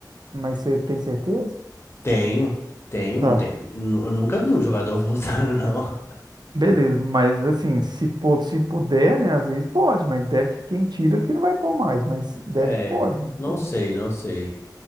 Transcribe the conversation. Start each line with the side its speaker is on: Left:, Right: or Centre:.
Right: Mas você tem certeza?
Left: Tenho, tenho,
Right: Tá.
Left: não tenho. nu- Eu nunca vi um jogador <laughs> voltando, não.
Right: Beleza, mas assim, se, pô- se puder, né? Às vezes pode, mas deve que quem tira que não vai pôr mais, mas deve
Left: É,
Right: que pode. não
Left: não
Right: sei,
Left: sei, não sei.